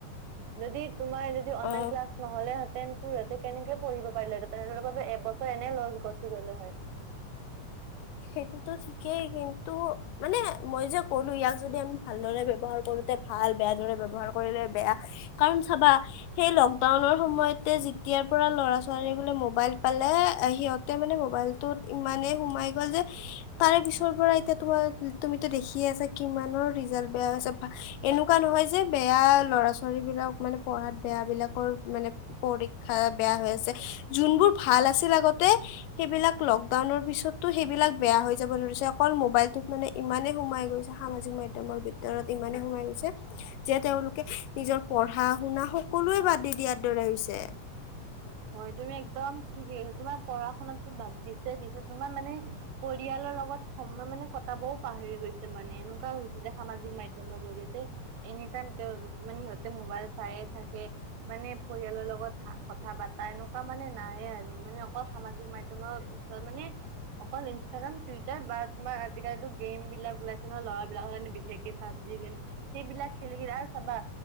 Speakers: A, on the right (about 80°); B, on the left (about 85°).
A: যদি তোমাৰ যদি অনলাইন
B: অ
A: ক্লাছ নহ'লে হেতেন। সিহঁতে কেনেকে পঢ়িব পাৰিলে আৰু এবছৰ এনে লছ গছি গ'লে হয়।
B: <inaudible> সেইটোতো ঠিকেই, কিন্তু মানে মই যে ক'লো ইয়াক যদি আমি ভালদৰে ব্যৱহাৰ কৰো। ভাল বেয়া দৰে ব্যৱহাৰ কৰিলে বেয়া কাৰণ চাবা সেই লকডাউনৰ সময়তে যেতিয়া। তেতিয়াৰ পৰা ল'ৰা ছোৱালী বোলে মোবাইল পালে সিহঁতে মানে মোবাইলটোত ইমানেই সোমাই গ'ল যে <unintelligible> তাৰে পিছৰ পৰা এতিয়া তোমাৰ তুমিতো দেখিয়ে আছা কিমানৰ ৰিজাল্ট বেয়া হৈছে এনেকুৱা নহয় হয়, যে বেয়া লৰা ছোৱালী বিলাক মানে পঢ়াত বেয়া বিলাকৰ মানে পৰীক্ষা বেয়া হৈ আ ভাল আছিল আগতে সেইবিলাক লকডাউনৰ পিছতো সেইবিলাক বেয়া হৈ যাব ধৰিছে অকল মোবাইলটোত মানে ইমানেই সোমাই গৈছে, সামাজিক মাধ্যমৰ ভিতৰত ইমানে সোমাই গৈছ যে তেওঁলোকে নিজৰ পঢ়া শুনা সকলোৱে বাদ দি দিয়াৰ দৰে হৈছে। <inaudible>
A: হয়, তুমি একদম ঠিকে কৈছ তোমাৰ পঢ়া শুনাতো বাদ দিছে দিছে তোমাৰ মানে পৰিয়ালৰ লগত লগ সময় মানে কটাবও পাহৰি গৈছে মানে এনেকুৱা হৈছে, যে সামাজিক মাধ্যমৰ জৰিয়তে এনে সেই কাৰণে তেওঁ মানে সিহঁতে মোবাইল চাই থাকে মানে পৰিয়ালৰ লগত কথা বাতা এনেকুৱা মানে নায়ে আৰু মানে অকল সামাজিক মাধ্যমৰ ওচৰত মানে অকল ইনষ্টাগ্ৰাম টুইটাৰ বা তোমাৰ আজিকালিতো গেমবিলাক ওলাইছে নহয় ল'ৰাবিলাকৰ বিশেষকে পাবজি গেম সেইবিলাক খেলি কি আৰু চাবা